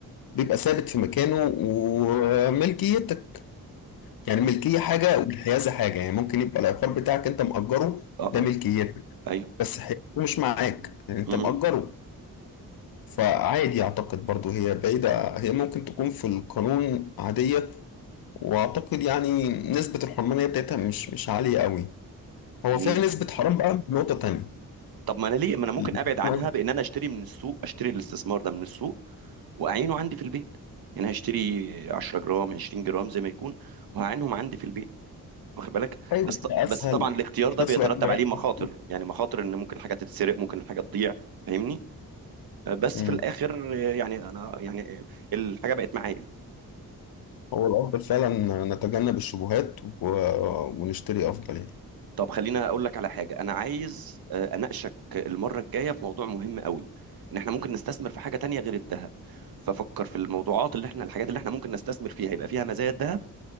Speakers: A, on the left (about 75°); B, on the right (about 75°).
A: بيبقى ثابت في مكانه وملكيتك يعني الملكية حاجة والحيازة حاجة يعني ممكن يبقى العقار بتاعك أنت مأجره
B: اه
A: ده
B: اه
A: ملكيتك
B: ايوه
A: بس حيازته مش معاك لأن أنت
B: م-
A: مأجره فعادي أعتقد برضو هي بعيدة هي ممكن تكون في القانون عادية وأعتقد يعني نسبة الحرمانية بتاعتها مش مش عالية قوي هو
B: م-
A: فيها نسبة حرام بقى من نقطة تانية
B: طب ما انا ليه ما انا ممكن
A: اللي
B: ابعد عنها
A: هو-
B: بان انا اشتري من السوق اشتري الاستثمار ده من السوق واعينه عندي في البيت يعني هشتري 10 جرام 20 جرام زي ما يكون وهعينهم عندي في البيت واخد بالك
A: أيوة
B: بس ط-
A: ده أسهل
B: بس طبعا الاختيار
A: وفي
B: ده
A: نفس
B: بيترتب
A: الوقت مريح.
B: عليه مخاطر يعني مخاطر ان ممكن حاجه تتسرق ممكن الحاجه تضيع فاهمني بس
A: مم.
B: في الاخر يعني انا يعني الحاجه بقت معايا
A: هو الأفضل فعلا نتجنب الشبهات و... ونشتري أفضل يعني
B: طب خلينا اقول لك على حاجه انا عايز آه، اناقشك المره الجايه في موضوع مهم قوي ان احنا ممكن نستثمر في حاجه تانية غير الذهب ففكر في الموضوعات اللي احنا الحاجات اللي احنا ممكن نستثمر فيها يبقى فيها مزايا الذهب